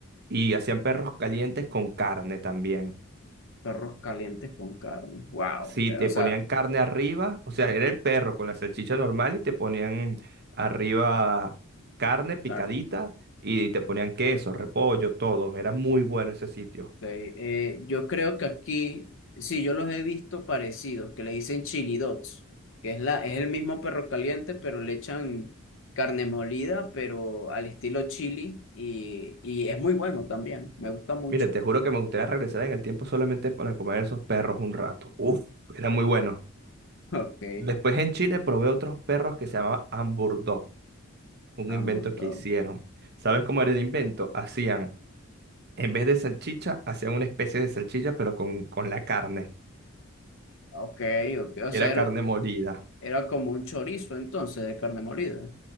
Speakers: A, on the right; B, on the left.
A: y hacían perros calientes con carne también.
B: Perros calientes con carne. Wow.
A: Sí,
B: Eh,
A: te
B: O sea,
A: ponían carne arriba, o sea, era el perro con la salchicha normal y te ponían arriba carne picadita
B: ah, ok.
A: y te ponían queso, repollo, todo. Era muy bueno ese sitio.
B: Eh, eh, yo creo que aquí, sí, yo los he visto parecidos, que le dicen chili dogs, que es la, es el mismo perro caliente, pero le echan carne molida, pero al estilo chili, y, y es muy bueno también. Me gusta mucho.
A: Mira, te juro
B: <laughs>
A: que me gustaría regresar en el tiempo solamente para comer esos perros un rato. Uf, era muy bueno.
B: Ok,
A: Después en Chile probé otros perros que se llamaban Hamburg un
B: hamburger.
A: invento
B: dog.
A: que hicieron. ¿Sabes cómo era el invento? Hacían, en vez de salchicha, hacían una especie de salchicha, pero con, con la carne.
B: Ok, ok. O sea,
A: Era
B: era,
A: carne molida.
B: era como un chorizo entonces de carne molida.